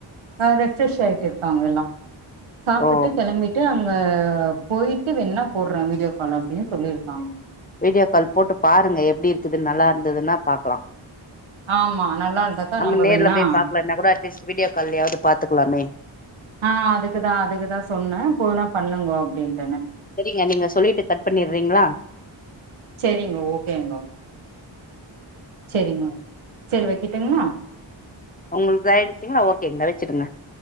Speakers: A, on the right; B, on the left.
A: ஆ ரெஃப்ரெஷ் ஆய் இருக்காங்க எல்லாம் சாப்ட்டுட்டு
B: ஓ
A: கிளம்பிட்டு அங்க ஆ போயிட்டு வேணா போடுறே வீடியோ கால் அப்படின்னு சொல்லிருக்காங்க
B: வீடியோ கால் போட்டு பாருங்க எப்டி இருக்குதுனு நல்லா இருந்ததுன்னா பாக்கலாம்
A: ஆமா நல்லா இருந்தாக்கா
B: நம்ம நேர்ல
A: வேணா
B: போய் பாக்கலனா கூட அட்லீஸ்ட் வீடியோ கால்லயாது பாத்துக்கலாமே
A: ஆ அதுக்குதா அதுக்குதா சொன்னேன் போனா பண்ணுங்க அப்படின்னு
B: சரிங்க நீங்க சொல்லிட்டு கட் பண்ணிறீங்களா
A: செரிங்க ஓகேங்கோ செரிங்க செரி வக்கிட்டிங்களா
B: உங்குளுது இத ஆயிடுச்சிங்களா ஓகே வச்சுருங்க